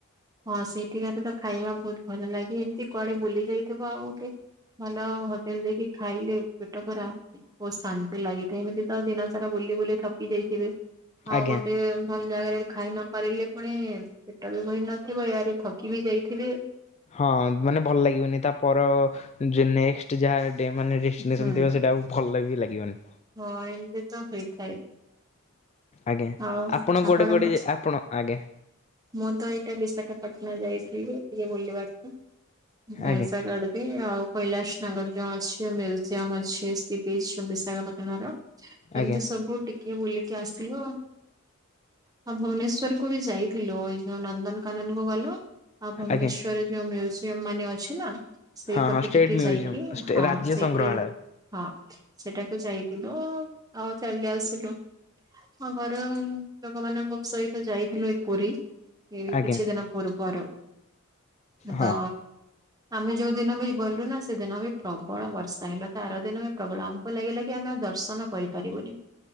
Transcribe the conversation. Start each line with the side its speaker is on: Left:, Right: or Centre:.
Right: ହଁ ସେଇଠିକାର ତ ଖାଇବା ବହୁତ ଭଲ ଲାଗେ ଏମିତି କୁଆଡେ ବୁଲି ଯାଇଥିବ ଆଉ ଗୋଟେ ଭଲ ହୋଟେଲ ଦେଇକି ଖାଇଲେ ପେଟ ପୁରା, ବହୁତ ଶାନ୍ତି ଲାଗିଥାଏ ଏମିତି ତ ଦିନ ସାରା ବୁଲି ବୁଲି ଥକି ଯାଇଥିବେ। ଆଉ
Left: ଆଜ୍ଞା।
Right: ଗୋଟେ ଭଲ ଜାଗାରେ ଖାଇ ନ ପାରିଲେ ପୁଣି ସେଟାବି <unintelligible> ନ ଥିବ ୟାରେ ଥକି ବି ଯାଇଥିବେ।
Left: ହଁ ମାନେ ଭଲ ଲାଗିବନି ତା ପର ଯୋ ନେକ୍ସଟ ଯାହା। ଡେ ମାନେ ରେଷ୍ଟିନେସନ
Right: ହୁଁ
Left: ଥିବ ସେଇଟା ଆଉ ଭଲ ବି ଲାଗିବନି।
Right: ହଁ ଏମିତି ତ ହୋଇଥାଏ।
Left: ଆଜ୍ଞା
Right: ଆଉ
Left: ଆପଣ
Right: ଆପଣଙ୍କ
Left: କୁଆଡ଼େ କୁଆଡ଼େ ଆପଣ ଆଜ୍ଞା
Right: ମୁଁ ତ ଏଇଟା ବିଶାଖାପାଟଣା ଯାଇଥିଲି ଟିକେ ବୁଲିବାକୁ। <unintelligible>
Left: ଆଜ୍ଞା
Right: ଜାଗା ଟେ ତ ଆଉ କୈଳାସ ନଗର ଯୋ ଅଛି ମ୍ୟୁଜିୟମ ଅଛି ସେ ବିଶ ବିଶାଖାପାଟଣା ର ଏମିତି
Left: ଆଜ୍ଞା
Right: ସବୁ ଟିକେ ବୁଲିକି ଆସିଲୁ ଆଉ। ଆଉ ଭୁବନେଶ୍ଵର କୁ ବି ଯାଇ ଥିଲୁ ଏଇ ଯୋଉ ନନ୍ଦନକାନନ କୁ ଗଲୁ ଆଉ ଭୁବନେଶ୍ଵର
Left: ଆଜ୍ଞା।
Right: ଯୋଉ ମ୍ୟୁଜ ମାନ ଅଛି ନା ସେଇପଟେ
Left: ହଁ ହଁ ଷ୍ଟେଟ୍
Right: ଟିକେ
Left: ମ୍ୟୁଜିୟମ୍
Right: ଯାଇକି ହଁ
Left: ରାଜ୍ୟ
Right: ସେଇଠି
Left: ସଂଗ୍ରହାଳୟ
Right: ହଁ ସେଠା କୁ ଯାଇଥିଲୁ ଆଉ ଚାଲି ଆସିଲୁ। ଆ ଘର ଲୋକମାନଙ୍କ ସହିତ ଯାଇଥିଲି ପୁରୀ ଏଇ
Left: ଆଜ୍ଞା
Right: କିଛି ଦିନ ପୂର୍ବର
Left: ହଁ।
Right: ତ ଆମେ ଯୋଉ ଦିନ ବି ଗଲୁ ନା ସେଦିନ ବି ପ୍ରବଳ ବର୍ଷା ହେଲା ତା ଆର ଦିନ ପ୍ରବଳ ଆମ କୁ ଲାଗିଲା କି ଆମେ ଆଉ ଦର୍ଶନ କରିପାରିବୁନି।